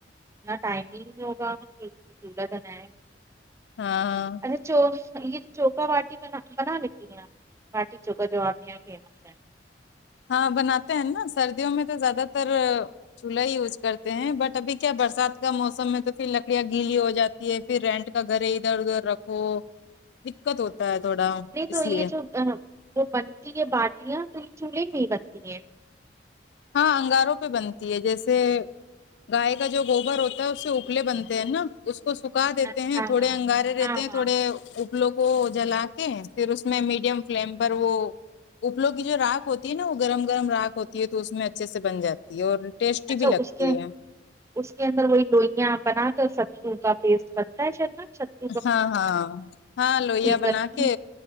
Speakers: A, on the right (about 15°); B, on the left (about 70°).
A: ٹائمنگ ہوگا چلہ دن ہے
B: ہاں ہاں
A: اچھا چو یہ جو چوکا واٹی بنا بنا لیتی ہیںپ پاٹی چوکا جو آپ کے یہاں فیمس ہے
B: ہاں بناتے ہیں نا سردیوں میں تو زیادہ تر چولہا ہی یوز کرتے ہیں بٹ ابھی کیا برسات کا موسم میں تو پھر لکڑیاں گیلی ہو جاتی پھر رینٹ کا گھر ادھر ادھر رکھو دقت ہوتا ہے تھوڑا
A: نہیں
B: اس
A: تو یہ
B: لیے
A: جو اہ، وہ بنتی ہے باٹیاں تو یہ چولہے میں بنتی ہیں
B: ہاں انگاروں پہ بنتی ہے جیسے گائے کا جو گوبر ہوتا ہے اس سے اپلے بنتے ہیں نا اس کو سکھا دیتے
A: اچھا
B: ہیں تھوڑے
A: ہاں
B: انگارے رہتے
A: ہاں ہاں
B: تھوڑے الوں کو جلا کے پھر اس میں میڈیم فلیم پر وہ الو کی جو راکھ ہوتی ہے نا وہ گرم گرم راکھ ہوتی ہے تو اس میں اچھے سے بن جاتی ہے اور ٹیسٹی
A: اچھا
B: بھی لگتی
A: اس کے
B: ہے
A: اس کے اندر وہی لوئیاں بنا کر سترو کا پیسٹ بنتا ہے شید
B: ہاں ہاں ہاں لوئیا
A: کرتی
B: بنا کے